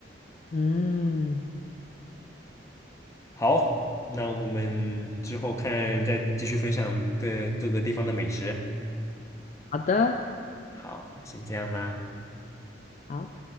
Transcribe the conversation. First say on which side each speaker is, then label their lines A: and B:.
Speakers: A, on the left (about 40°); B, on the left (about 15°).
A: 嗯，
B: 好，那我们之后看再继续分享各各个地方的美食。
A: 好的，
B: 好，那先这样啦。
A: 好。